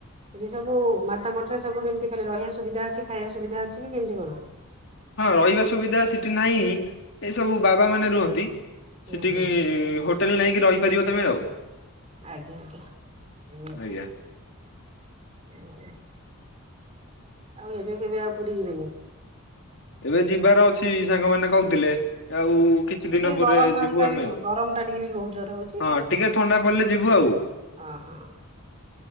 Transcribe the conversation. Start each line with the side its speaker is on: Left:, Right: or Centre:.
Right: ଏଠି ସବୁ ମାତା ମଠରେ ସବୁ କେମିତି ଖାଲି ରହିବା ସୁବିଧା ଅଛି ଖାଇବାର ସୁବିଧା ଅଛି କି କେମିତି କଣ?
Left: ହଁ ରହିବା ସୁବିଧା ସେଠି ନାହିଁ ଏଇସବୁ ବାବା ମାନେ ରୁହନ୍ତି।
Right: ହୁଁ
Left: ସେଠିକି
Right: ହୁଁ
Left: ହୋଟେଲ୍ ନେଇକି ରହିପାରିବ ତମେ ଆଉ।
Right: ଆଜ୍ଞା ଆଜ୍ଞା ଏମିତି
Left: ଆଜ୍ଞା।
Right: ହିଁ <unintelligible> ଆଉ ଏବେ କେବେ ଆଉ ପୁରୀ ଯିବେନି?
Left: ଏବେ ଯିବାର ଅଛି ସାଙ୍ଗମାନେ କହୁଥିଲେ। ଆଉ
Right: ଉଁ ହୁଁ।
Left: କିଛି ଦିନ
Right: ଟିକେ
Left: ପରେ
Right: ଗରମ ମାଲଟା
Left: ଯିବୁ ଆମେ
Right: ବି
Left: ଆଉ
Right: ଗରମ ଟା ଟିକେ ବି ବହୁତ ଜୋର ହଉଛି
Left: ହଁ ଟିକେ ଥଣ୍ଡା ପଡିଲେ ଯିବୁ ଆଉ।
Right: ଅଁ- ହଁ।